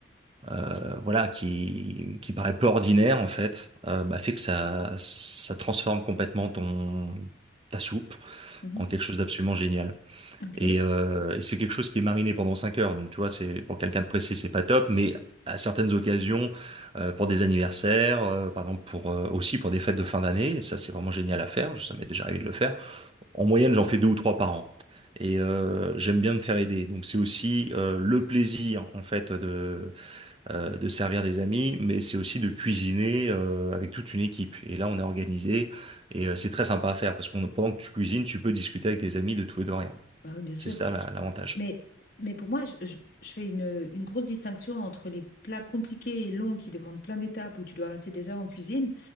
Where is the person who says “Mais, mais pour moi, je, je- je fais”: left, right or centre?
Left